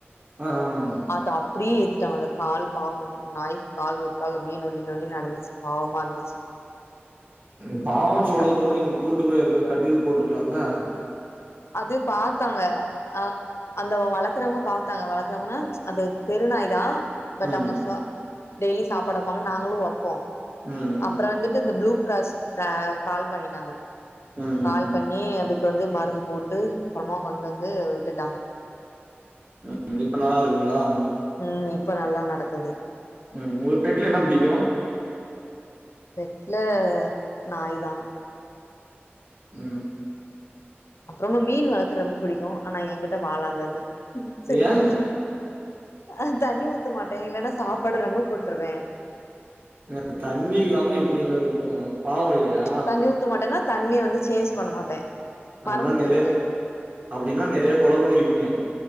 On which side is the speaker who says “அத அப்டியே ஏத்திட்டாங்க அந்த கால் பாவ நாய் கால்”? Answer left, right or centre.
Left